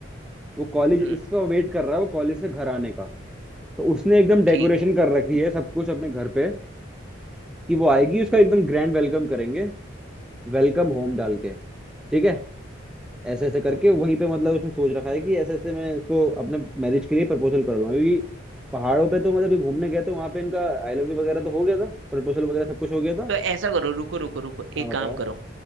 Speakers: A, in the centre; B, on the right (about 70°).
A: वो कॉलेज
B: हम्म
A: उसका वेट कर रहा है वो कॉलेज से घर आने का तो उसने एकदम डेकोरेशन
B: ठीक है
A: कर रखी है सब कुछ अपने घर पे कि वो आएगी उसका एकदम ग्रैंड वेलकम करेंगे वेलकम होम डाल के ठीक है ऐसे ऐसे करके वहीं पे मतलब उसने सोच रखा है कि ऐसे ऐसे मैं इसको अपने मैरिज के लिए प्रपोजल कर दूंगा क्योंकि पहाड़ों पे तो मतलब ये घूमने गए थे वहां पे इनका आई लव यू वगैरह तो हो गया था प्रपोजल वगैरह सब कुछ हो गया था
B: तो ऐसा करो रुको रुको रुको
A: हाँ
B: एक
A: बताओ
B: काम करो